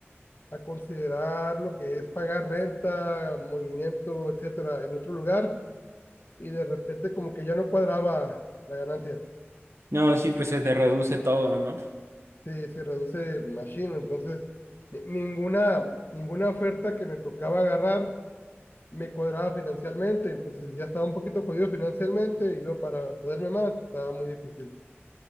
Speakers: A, on the left; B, on the right.
A: a considerar lo que es pagar renta, movimiento, etcétera, en otro lugar, y de repente como que ya no cuadraba la ganancia,
B: No, sí, pues se te reduce todo, ¿no?
A: se, se reduce machine, entonces ni- ninguna, ninguna oferta que me tocaba agarrar me cuadraba financieramente, entonces ya estaba un poquito jodido financieramente y luego para joderme más estaba muy difícil.